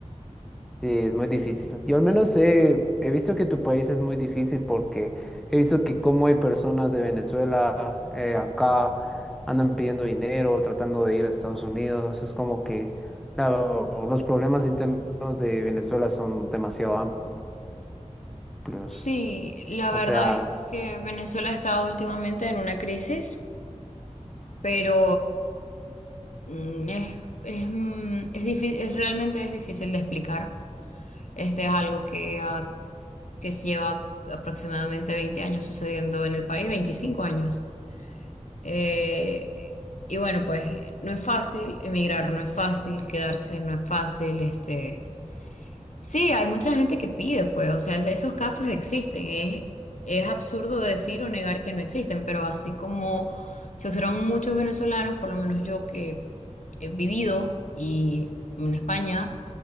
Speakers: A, in the centre; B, on the left.
A: Sí, es muy difícil. Yo al menos he, he visto que tu país es muy difícil porque he visto que como hay personas de Venezuela eh, acá andan pidiendo dinero, tratando de ir a Estados Unidos. Es como que la- los problemas internos de Venezuela son demasiado amplios.
B: Sí, la
A: O
B: verdad
A: sea,
B: es que Venezuela ha estado últimamente en una crisis, pero mm, es, es, mm, es difí- es- realmente es difícil de explicar. Este es algo que que lleva aproximadamente 20 años sucediendo en el país, 25 años. Eh, y bueno, pues no es fácil emigrar, no es fácil quedarse, no es fácil, este... Sí, hay mucha gente que pide, pues, o sea, esos casos existen. Es, es absurdo decir o negar que no existen, pero así como se observan muchos venezolanos, por lo menos yo que he vivido y en España,